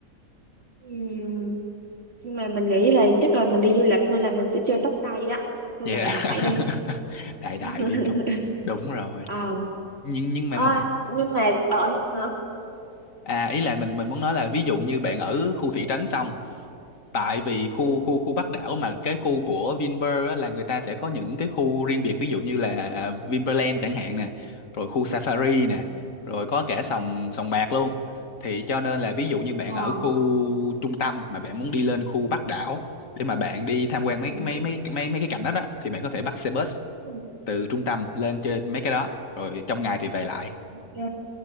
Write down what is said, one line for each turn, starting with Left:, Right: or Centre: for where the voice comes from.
Right: Ừm. nhưng mà mình nghĩ là chắc là mình đi du lịch nên là mình sẽ chơi tóc tay á tôi
Left: yeah.
Right: đại đại đi
Left: <laughs> đại đại
Right: <laughs>
Left: đi đúng đúng rồi
Right: ờ
Left: nhưng nhưng mà
Right: ơi
Left: một
Right: nhưng mà ở đó hả
Left: À ý là mình mình muốn nói là ví dụ như bạn ở khu thị trấn xong, tại vì khu
Right: ừ.
Left: khu khu Bắc đảo mà cái khu của Vinpearl á, là người ta sẽ có những cái khu riêng biệt ví dụ như là Vinpearland chẳng hạn nè, rồi khu Safari nè, rồi có cả sòng sòng bạc luôn. Thì cho nên là ví dụ như bạn
Right: Wow.
Left: ở khu trung tâm mà bạn muốn đi lên khu Bắc đảo để mà bạn đi tham quan
Right: Ừ.
Left: mấy mấy mấy mấy mấy cái cảnh đó đó thì bạn có thể bắt xe bus
Right: Ừ.
Left: từ trung tâm lên trên
Right: ừ,
Left: mấy cái đó rồi trong ngày thì về lại.
Right: Ok.